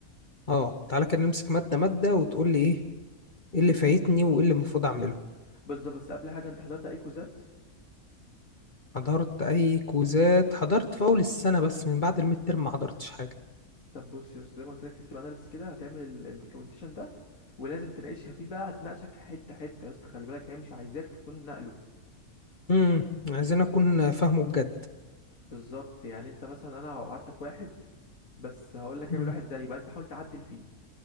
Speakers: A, on the left (about 35°); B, on the left (about 60°).
A: اه تعالى كده نمسك ماده ماده وتقول لي ايه ايه اللي فايتني وايه اللي المفروض اعمله
B: بص بس قبل حاجه انت حضرت اي كوزات
A: حضرت اي كوزات حضرت في اول السنه بس من بعد الميد ترم ما حضرتش حاجه
B: طب بص يا أسطى، زي ما قلت لك سيستم اناليسيس كده هتعمل الدوكيومنتيشن ده ولازم تناقشها فيه بقى هتناقشك حته حته يا اسطى خلي بالك هي مش عايزاك تكون نقله
A: امم عايزين اكون فاهمه بجد
B: بالظبط يعني انت مثلا انا هبعت لك واحد بس هقول لك
A: مم.
B: اعمل واحد زيه بقى انت حاول تعدل فيه